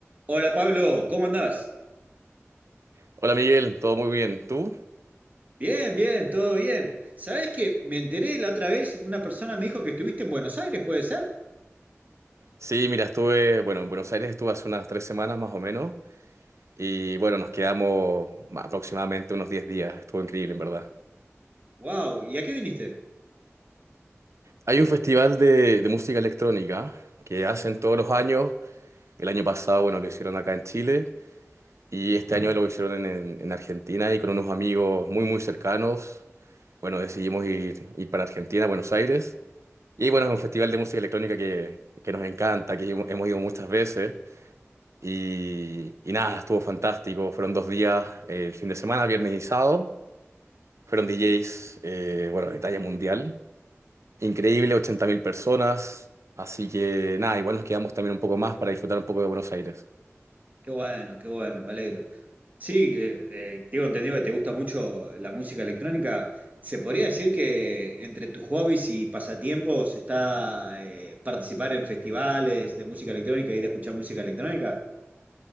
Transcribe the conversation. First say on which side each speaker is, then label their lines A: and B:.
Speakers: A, on the right; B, on the right.
A: Hola Pablo, ¿cómo andás?
B: Hola Miguel, todo muy bien. ¿Tú?
A: Bien, bien, todo bien. ¿Sabés que me enteré la otra vez? Una persona me dijo que estuviste en Buenos Aires, ¿puede ser?
B: Sí, mira, estuve, bueno, en Buenos Aires estuve hace unas tres semanas más o menos y bueno, nos quedamos ma- aproximadamente unos 10 días. Estuvo increíble, en verdad.
A: Wow, ¿y a qué viniste?
B: Hay un festival de, de música electrónica que hacen todos los años. El año pasado, bueno, lo hicieron acá en Chile y este año lo hicieron en, en- en Argentina y con unos amigos muy, muy cercanos. Bueno, decidimos ir, ir para Argentina, Buenos Aires. Y bueno, es un festival de música electrónica que, que nos encanta, que hemos hemos ido muchas veces. Y, y nada, estuvo fantástico. Fueron dos días, eh, el fin de semana, viernes y sábado. Fueron DJs, eh, bueno, de talla mundial. Increíble, 80.000 personas. Así que nada, igual nos quedamos también un poco más para disfrutar un poco de Buenos Aires.
A: Qué bueno, qué bueno, me alegro. Sí, eh, eh, tengo entendido que te gusta mucho la música electrónica. ¿Se podría decir que entre tus hobbies y pasatiempos está eh, participar en festivales de música electrónica e ir a escuchar música electrónica?